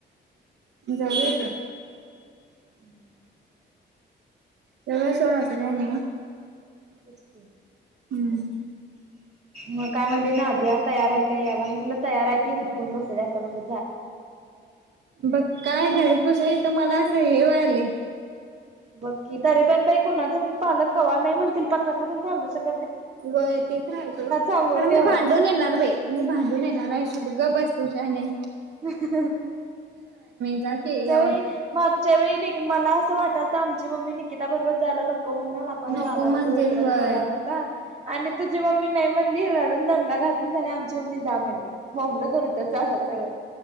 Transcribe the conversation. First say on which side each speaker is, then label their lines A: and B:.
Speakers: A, on the right (about 65°); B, on the right (about 35°).
A: जाऊया की.
B: हम्म <unintelligible>
A: तेव्हा सारखं व्हायचं नाहीं नव्ह.
B: व्हायचं की.
A: हम्म.
B: मग काय म्हणजे नाझिया तयार आहे की. याला म्हनल तयार आहे तीच हुतकून बसल्या म्हणल.
A: बघ काय झाडत बसाय तर मला असं हे व्हालय.
B: बक्की तरीे पण बाई कोणाच पालक कवा नाही म्हणलीत. पचका सांगू शकतो.
A: वय ते तर हाय सोड.
B: सांगून
A: खरं मी
B: ठेव
A: भांडून येणार बाई मी भांडून येणार आहे. सोड गप्प बस तु शहानि हाईस.
B: मागच्या
A: जा की यावर
B: वेळी माग, मागच्या वेळी मला असं वाटलंत आमची मम्मी निकिता बरोबर जायला नको. म्हणल आपण
A: नको
B: जाणार
A: म्हणतील
B: होतो. इकड
A: व्हय
B: कोल्हापूला आणि तुझी मम्मीन. नाही म्हणली. रडून दंगा घातलीस आणि आमची मम्मी जा म्हणली. बोंबलत उलटच झालं त्यावेळी.